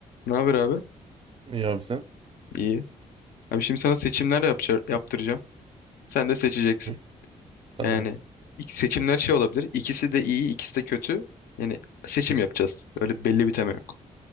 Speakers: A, on the left; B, on the right.
A: Ne haber abi?
B: İyi abi sen.
A: İyi. Abi şimdi sana seçimler yapacağım, yaptıracağım. Sen de seçeceksin.
B: Hı. Tamam.
A: Yani ik- seçimler şey olabilir. İkisi de iyi, ikisi de kötü. Yani seçim yapacağız. Öyle belli bir tema yok.